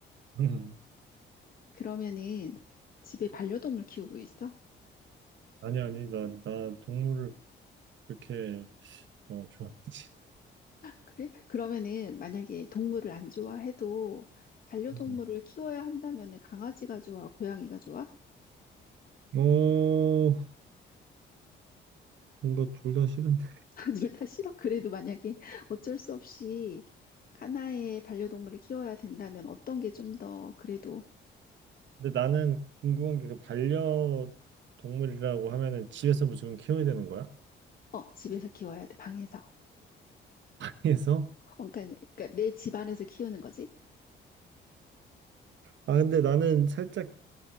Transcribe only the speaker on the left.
그러면은 집에 반려동물 키우고 있어?
그래? 그러면은 만약에 동물을 안 좋아해도 반려동물을
키워야 한다면은 강아지가 좋아, 고양이가 좋아?
<laughs> 둘 다 싫어. 그래도 만약에 어쩔 수 없이 하나의 반려동물을 키워야 된다면 어떤 게 좀 더 그래도
어, 집에서 키워야 돼. 방에서.
어, 그러니까, 그러니까 내 집 안에서 키우는 거지.